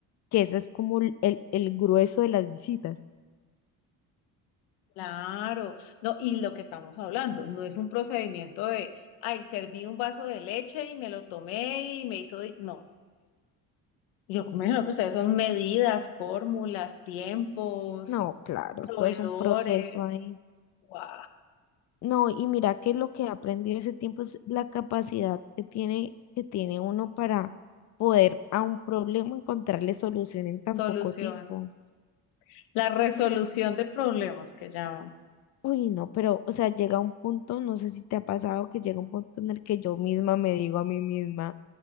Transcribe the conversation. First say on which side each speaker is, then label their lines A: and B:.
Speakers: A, on the left; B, on the left.
A: que esa es como el el- el grueso de las visitas.
B: Claro, no, y lo que estamos hablando, no es un procedimiento de, ay, serví un vaso de leche y me lo tomé y me hizo, di-". no, Yo me imagino que ustedes son medidas, fórmulas, tiempos,
A: No, claro,
B: proveedores,
A: todo es un proceso ahí.
B: ¡guau!
A: No, y mira que lo que he aprendido ese tiempo es la capacidad que tiene, que tiene uno para poder a un problema encontrarle solución en tan
B: soluciones.
A: poco tiempo.
B: La resolución de problemas que llaman.
A: Uy, no, pero, o sea, llega un punto, no sé si te ha pasado, que llega un punto en el que yo misma me digo a mí misma,